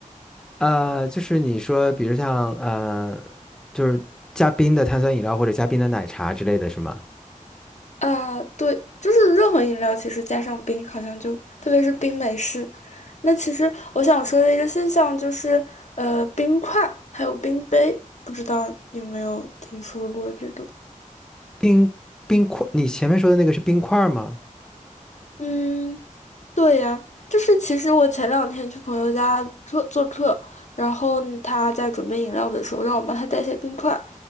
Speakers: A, in the centre; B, on the left.
A: 呃，就是你说，比如像呃，就是加冰的碳酸饮料或者加冰的奶茶之类的是吗？
B: 啊，对，就是任何饮料其实加上冰，好像就特别是冰美式。那其实我想说的一个现象就是，呃，冰块还有冰杯，不知道有没有听说过这种？
A: 冰冰块，你前面说的那个是冰块儿吗？
B: 嗯，对呀，就是其实我前两天去朋友家做做客，然后呢他在准备饮料的时候让我帮他带些冰块。